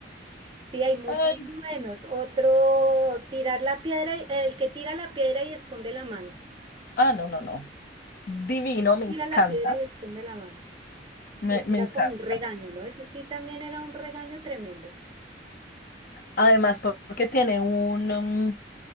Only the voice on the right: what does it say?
sí, hay muchos
buenos. Otro, tirar la piedra, y- el que tira la piedra y esconde la mano.
Tira la piedra y esconde la mano.
Sí, sí,
era
como un regaño, ¿no? Ese sí también era un regaño tremendo.